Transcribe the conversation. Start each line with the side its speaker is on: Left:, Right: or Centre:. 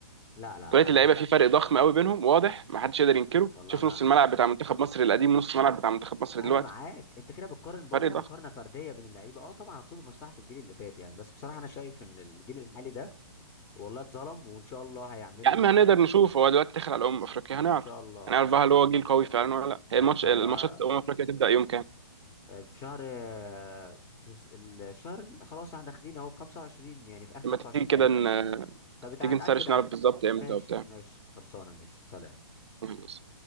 Left: لا لا
Right: كواليتي
Left: انا
Right: اللعيبه في فرق ضخم قوي بينهم واضح ما حدش يقدر ينكره
Left: والله
Right: شوف
Left: انا
Right: نص الملعب بتاع منتخب مصر القديم ونص الملعب بتاع منتخب مصر
Left: انا
Right: دلوقتي
Left: معاك انت كده بتقارن برضو
Right: فرق
Left: مقارنه
Right: ضخم
Left: فرديه بين اللعيبه اه طبعا هتصب مصلحه الجيل اللي فات يعني بس بصراحه انا شايف ان الجيل الحالي ده والله اتظلم وان شاء الله هيعملوا
Right: يا عم هنقدر نشوف هو دلوقتي داخل على امم افريقيا هنعرف
Left: ان شاء الله
Right: هنعرف
Left: ان شاء
Right: بقى هل
Left: الله
Right: هو جيل قوي فعلا ولا لا
Left: لا
Right: هي الماتش
Left: ان شاء
Right: الماتشات
Left: الله
Right: امم افريقيا تبدا يوم كام
Left: آه، في شهر آه، في س- الشهر اللي خلاص احنا داخلين اهو في 25 يعني في اخر
Right: لما
Left: 25
Right: تيجي كده
Left: تقريبا
Right: ن-
Left: طب انت
Right: تيجي
Left: هتاكد
Right: نسرش
Left: هت
Right: نعرف بالظبط امتى
Left: ماشي
Right: وبتاع
Left: ماشي خلصانه ماشي سلام
Right: الصين